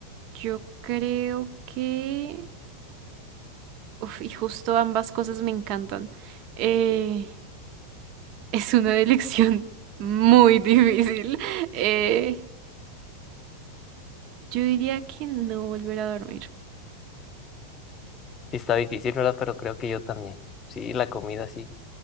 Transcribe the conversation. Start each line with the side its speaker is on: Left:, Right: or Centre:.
Right: yo creo que... Uf, y justo ambas cosas me encantan. Eh, <laughs> es una elección <laughs> muy difícil. Eh, yo diría que no volver a dormir.
Left: Sí está difícil, ¿verdad? Pero creo que yo también. Sí, la comida sí.